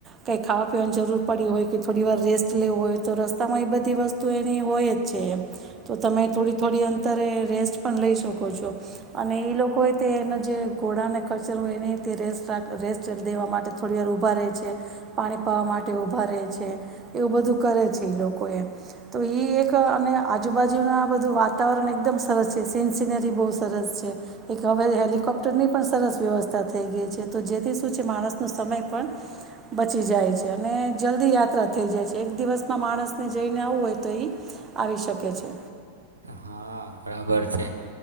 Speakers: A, on the right; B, on the right.
A: કંઈ ખાવા પીવાની જરૂર પડી હોય કે થોડી વાર રેસ્ટ લેવું હોય તો રસ તમા એ બધી વસ્તુ એની હોય જ છે એમ તો તમે થોડી થોડી અંતરે રેસ્ટ પણ લઈ શકો છો. અને એ લોકોએ તે એનો જે ઘોડાને કચરો હોય એની તે રેસ્ટ રા રેસ્ટ દેવા માટે થોડી વાર ઊભા રહે છે, પાણી પાવા માટે ઊભાં રહે છે, એવું બધું કરે છે. એ લોકો એ તો એક અને આજુબાજુના બધું વાતાવરણ એકદમ સરસ છે. સીન સિનરી બહુ સરસ છે. એક હવે હેલિકોપ્ટરની પણ સરસ વ્યવસ્થા થઈ ગઈ છે. તો જેથી શું છે માણસ નો સમય પણ બચી જાય છે, અને જલ્દી યાત્રા થઈ જાય છે. એક દિવસમાં માણસ જઈને આવવું હોય તો એ આવી શકે છે.
B: હા બરાબર છે,